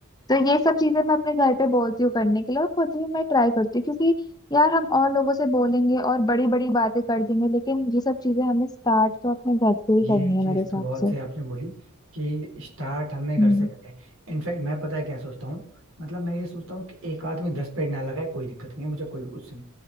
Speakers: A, on the left (about 20°); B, on the right (about 80°).
A: तो ये सब चीजें मैं अपने घर पे बोलती हूँ करने के लिए और खुद भी मैं ट्राई करती हूँ क्योंकि यार हम और लोगों से बोलेंगे और बड़ी बड़ी बातें कर देंगे लेकिन ये सब चीजें हमें स्टार्ट तो अपने घर से ही
B: ये
A: करनी है
B: चीज
A: मेरे हिसाब
B: तो बहुत
A: से
B: से आपने बोली कि स्टार्ट हमें घर
A: हम्म
B: से करते हैं इनफैक्ट मैं पता है क्या सोचता हूँ मतलब मैं ये सोचता हूँ कि एक आदमी दस पेड़ ना लगाए कोई दिक्कत नहीं है मुझे कोई उससे नहीं